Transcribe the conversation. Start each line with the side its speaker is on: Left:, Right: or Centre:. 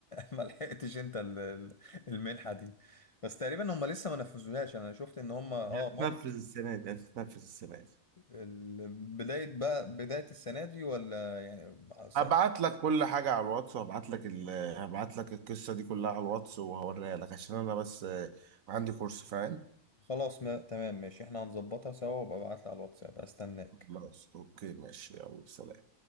Left: ما لحقتش انت ال- ال- المنحه دي بس تقريبا هم لسه ما نفذوهاش انا شفت ان هم اه
Right: هتنفذ
Left: مضوا
Right: السنة دي هتنفذ السنة دي
Left: ال- بداية بقى بداية السنة دي ولا يعني صح
Right: هبعت لك كل حاجة على الواتس وهبعت لك ال... هبعت لك القصة دي كلها على الواتس وهوريها لك عشان انا بس آه، عندي كورس فاهم
Left: خلاص ما تمام ماشي احنا هنظبطها سوا وابقى ابعتلي على الواتساب استناك
Right: خلاص اوكي ماشي يلا سلام